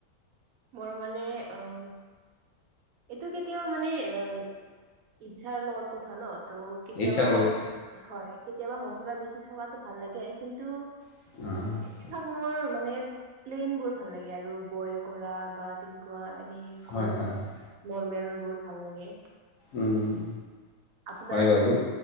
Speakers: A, on the right; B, on the left.
A: মোৰ মানে অম এইটো কেতিয়াবা মানে অ ইচ্ছাৰ লগত কথা ন ত কেতিয়াবা
B: ইচ্ছাৰ লগত
A: হয় কেতিয়াবা মছলা বেছি থকাটো ভাল লাগে কিন্তু
B: <unintelligible>
A: চিধা ঘৰৰ মানে প্লেইন বোৰ ভাল লাগে আৰু বইল কৰা বা তেনেকুৱা এনে
B: হয়
A: ঘৰত
B: হয় হয়
A: নৰ্মেল বোৰ ভাল লাগে।
B: উম
A: আপোনাৰ
B: হয় বাৰু